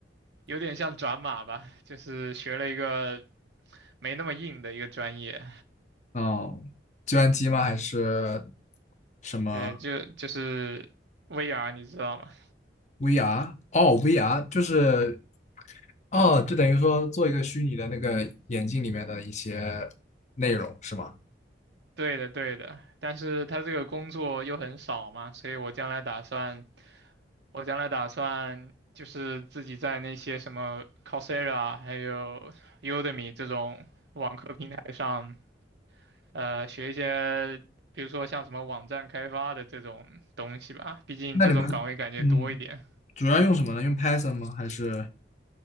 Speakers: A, on the right (about 70°); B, on the left (about 40°).
A: 有点像转码吧，就是学了一个没那么硬的一个专业，
B: 哦，计算机吗？还是什么
A: 对，就就是 VR，你知道吗？
B: VR？哦，VR 就是哦，就等于说做一个虚拟的那个眼镜里面的一些内容是吗？
A: 对的，对的，但是他这个工作又很少嘛，所以我将来打算，我将来打算就是自己在那些什么 Coursera 还有 Udemy 这种网课平台上，呃，学一些，比如说像什么网站开发的这种东西吧，毕竟这种岗位感觉多一点。
B: 那你们嗯，主要用什么呢？用 Python 吗？还是